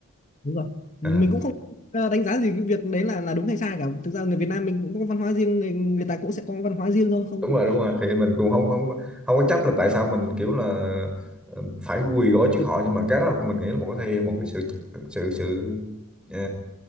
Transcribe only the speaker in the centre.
à,
đúng rồi đúng rồi thì mình cũng không không không có trách là tại sao mình kiểu là ờ, phải quỳ gối trước họ nhưng mà cái đó mình nghĩ là một cái thể hiện một cái sự sự sự ờ,